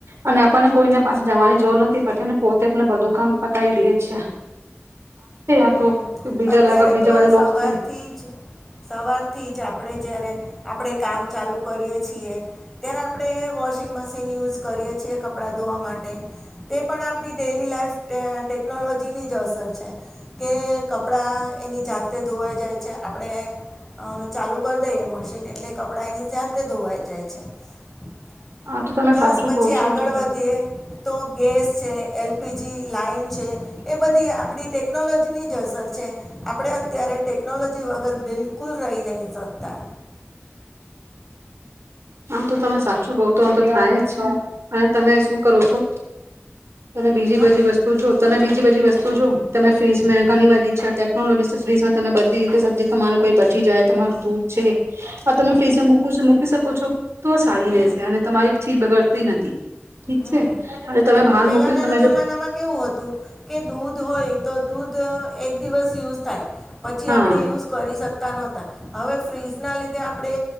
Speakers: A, on the right (about 85°); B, in the centre.
A: અને આપણને કોઈને પાસે જવાની જરૂર નથી પડતી અને પોતેને બધું કામ પતાવી દે છે
B: હમ
A: આ તો બીજા
B: અત્યારે
A: લગ બીજા
B: તો
A: બધા
B: સવારથી
A: લોકો છે
B: જ સવારથી જ આપડે જયારે આપણે કામ ચાલુ કરીએ છીએ ત્યારે આપણે વોશિંગ મશીન યુઝ કરીએ છીએ કપડાં ધોવા માટે તે પણ આપણી ડેલી લાઈફ ટેકનોલોજીની જ અસર છે કે કપડાં એની જાતેતે ધોવાઈ જાય છે આપણે ચાલુ કરી દઈએ મશીન એટલે કપ કપડા એની જાતે ધોવાઈ જાય છે હ <inaudible>
A: આ તો તમે
B: પ્લસ
A: સાચું
B: પછી
A: કહો છો
B: આગળ
A: તો
B: વધીએ તો ગેસ છે એલપીજી લાઈન છે એ બધી આપડી ટેકનોલોજી જસર છે આપણે અત્યારે ટેકનોલોજી વગર બિલકુલ રહી નહી શકતા
A: હા તો તમે સાચું બઉ તો આમ તો થાય જ છે અને તમે શું કરો છો તમે બીજી
B: હં
A: બધી વસ્તુ જો તમે બીજી બધી વસ્તુ જો તમે ફ્રીજ
B: હં
A: ઘણી બધી છેટે લો ફ્રીજમાં તમે બધી રીતે સબ્જી તમાર કોઈ બચી જાય તમારું દૂધ છે હ તમે
B: હં
A: ફ્રીઝમાં મૂક છો મૂકી શકો છો તો સારી
B: હં
A: રશે અને તમારી થી બગર તે નથી ઠીક
B: હમ
A: છે અને તમે બહાર
B: પેલા
A: મૂકી
B: નાના
A: તમે
B: જમાનામાં
A: જો
B: કેવું હતું કે દૂધ હોય તો દૂધ એક દિવસ યુઝ થાય પછી
A: હા
B: આપણે યુઝ કરી શકતા નહોતા હવે ફ્રીઝના લીધે આપણે